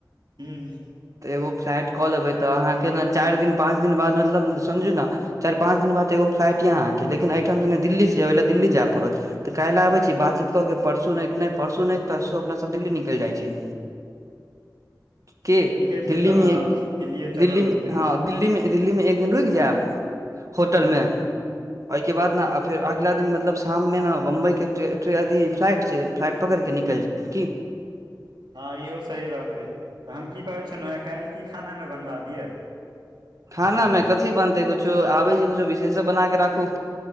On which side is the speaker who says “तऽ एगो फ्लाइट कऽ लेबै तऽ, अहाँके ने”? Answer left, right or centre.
Right